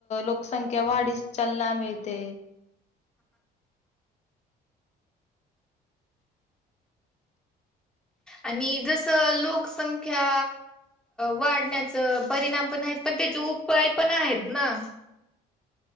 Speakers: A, on the left; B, in the centre.
A: लोकसंख्या वाढीस चालना मिळते.
B: आणि जस लोकसंख्या वाढण्याच परिणाम पण आहेत पण त्याचे उपाय पण आहेत ना